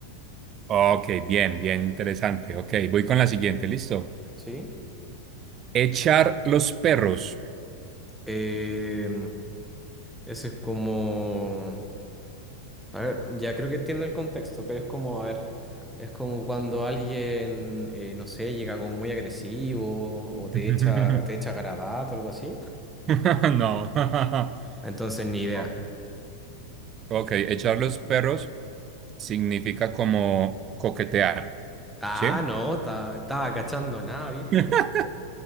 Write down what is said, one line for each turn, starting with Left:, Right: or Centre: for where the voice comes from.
Right: ok, bien, bien, interesante. Ok, voy con la siguiente, listo.
Centre: ¿sí?
Right: Echar los perros.
Centre: Eh, ese es como, a ver, ya creo que entiendo el contexto, pero es como, a ver, es como cuando alguien, eh, no sé, llega como muy agresivo
Right: <laughs>
Centre: o te echa, te echa garabato o algo así.
Right: No. <laughs>
Centre: Entonces, ni idea.
Right: No. Ok, echar los perros significa como coquetear,
Centre: Ah,
Right: ¿sí?
Centre: no, está- estaba cachando nada, ¿viste?
Right: <laughs>